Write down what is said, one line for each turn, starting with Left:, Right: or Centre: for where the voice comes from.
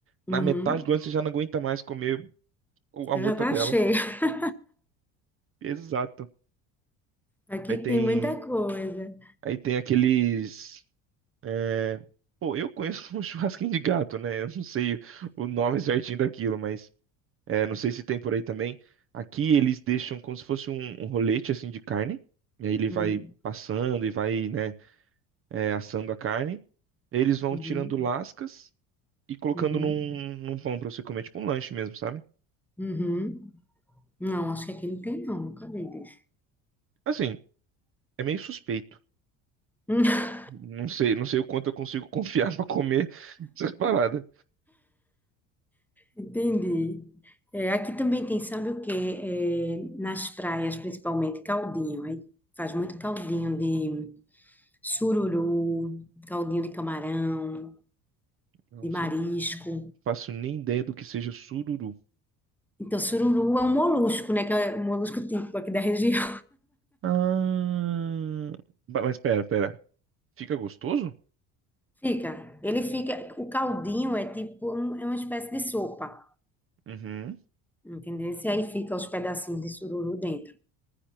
Right: na
Centre: Uhum.
Right: metade do lanche você já não aguenta mais comer o- a
Centre: Eu
Right: mortadela.
Centre: Já tá cheio. <laughs>
Right: Exato.
Centre: Aqui
Right: Aí tem,
Centre: tem muita coisa.
Right: aí tem aqueles, é, pô, eu conheço <laughs> um churrasquinho de gato, né? Eu não sei o nome certinho daquilo, mas É, não sei se tem por aí também. Aqui eles deixam como se fosse um, um rolete assim de carne. E aí ele vai
Centre: Uhum.
Right: passando e vai, né, é, assando a carne. Eles vão
Centre: Uhum.
Right: tirando lascas e colocando
Centre: Uhum.
Right: num, num pão pra você comer, tipo um lanche mesmo, sabe?
Centre: Uhum. Não, acho que aqui não tem, não. Nunca vi disso.
Right: Assim, é meio suspeito.
Centre: <laughs>
Right: Não sei, não sei o quanto eu consigo confiar <laughs> pra comer essas paradas.
Centre: Entendi. É, aqui também tem, sabe o quê? É, nas praias, principalmente, caldinho. Aí faz muito caldinho de sururu, caldinho de camarão,
Right: Nossa,
Centre: de marisco.
Right: não faço nem ideia do que seja sururu.
Centre: Então, sururu é um molusco, né? Que é um molusco típico aqui da região.
Right: Ah, ba- mas pera, pera. Fica gostoso?
Centre: Fica, ele fica, o caldinho é tipo, um- é uma espécie de sopa,
Right: Uhum.
Centre: entendeu? E aí fica os pedacinhos de sururu dentro.